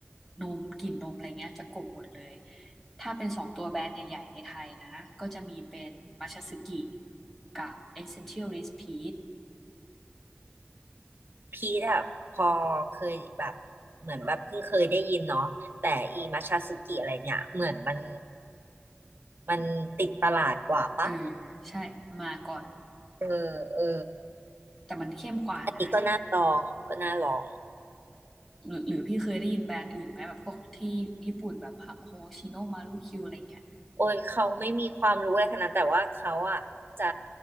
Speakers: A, in the centre; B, on the right.
A: นมกลิ่นนมอะไรเงี้ยจะกลบหมดเลย ถ้าเป็นสองตัวแบรนด์ใหญ่ๆในไทยนะ ก็จะมีเป็นมัชสึกิกับ Essential Rice Peach
B: พีทอะพอเคยแบบเหมือนแบบเพิ่งเคยได้ยินเนาะแต่อีมัชชาสึกิอะไรเนี่ยเหมือนมันมันติดตลาดกว่าปะ
A: เออใช่มาก่อน
B: เออเออ
A: แต่มันเข้มกว่านะ
B: อันนี้ก็น่าลองก็น่าลอง
A: หรือหรือพี่เคยได้ยินแบรนด์อื่นไหมแบบพวกที่ญี่ปุ่นแบบโฮชิโนมารุคิวอะไรเงี้ย
B: โอ้ยเขาไม่มีความรู้อะไรขนาดนั้นแต่ว่าเขาอ่ะจะ